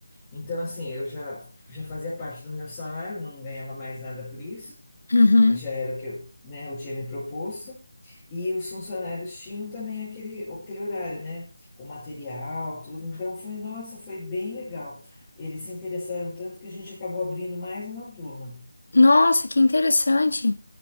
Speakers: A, on the left; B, on the left.
A: Então, assim, eu já, já fazia parte do meu salário, não ganhava mais nada por isso,
B: Uhum.
A: e já era o que eu, né, eu tinha me proposto. E os funcionários tinham também aquele, aquele horário, né, com material, tudo. Então, foi, nossa, foi bem legal. Eles se interessaram tanto que a gente acabou abrindo mais uma turma.
B: Nossa, que interessante.